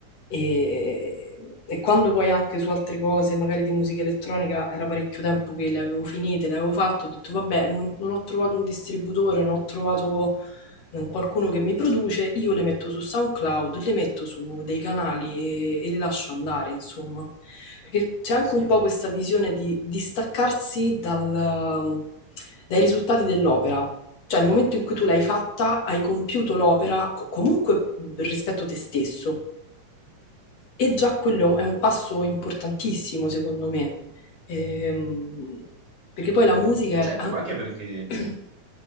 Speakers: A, on the left; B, on the right.
A: e, e quando poi anche su altre cose, magari di musica elettronica, era parecchio tempo che le avevo finite, le avevo fatte, ho detto vabbè, non, non ho trovato un distributore, non ho trovato un- qualcuno che mi produce, io le metto su SoundCloud, le metto su dei canali e, e le lascio andare, insomma. Perché c'è anche
B: sì,
A: un po' questa visione di distaccarsi dal- dai risultati dell'opera. Cioè, nel momento in cui tu l'hai fatta, hai compiuto l'opera co- comunque rispetto a te stesso. E già quello è un passo importantissimo, secondo me. Ehm, perché poi la musica
B: certo,
A: è... an-
B: ma anche perché
A: <clears throat>